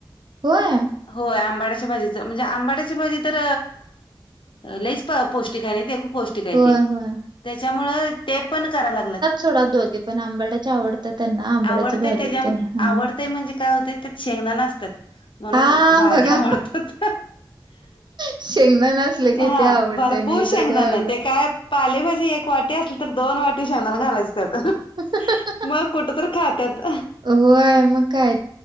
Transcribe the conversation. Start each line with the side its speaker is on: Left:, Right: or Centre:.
Right: होय?
Left: होय आंबाड्याच्या भाजीचं म्हणजे आंबाड्याची भाजी तर लईच पौष्टिक आहे नाही ते खूप पौष्टिक आहे
Right: होय,
Left: ते
Right: होय,
Left: त्याच्यामुळं ते पण कराय लागल्यात.
Right: थोडा दोघे पण आंबड्याची आवडते. त्यांना आंबाड्याच्या
Left: आवडतंय
Right: भाजीचे
Left: त्याच्या
Right: हां.
Left: आवडतंय म्हणजे काय होतंय त्यात शेंगदाणे असतात. म्हणून
Right: हां,
Left: भाज्या
Right: बघा.
Left: आवडतात.
Right: शेंगदाणा असलं की
Left: हां
Right: ते आवडतंय
Left: भरपूर
Right: नाही
Left: शेंगदाण
Right: तर काय आवडत
Left: ते काय पालेभाजी एक वाटी असली तर दोन वाटी शेंगदाणे घालायचे त्याच्यात.
Right: <inaudible>
Left: मग कुठं तर खात्यात
Right: होय, मग काय